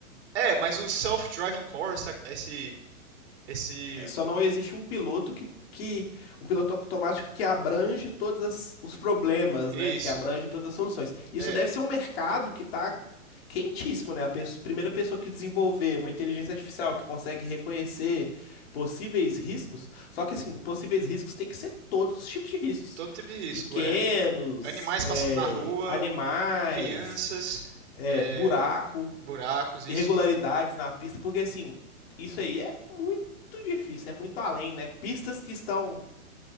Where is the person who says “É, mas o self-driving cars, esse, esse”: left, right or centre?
Right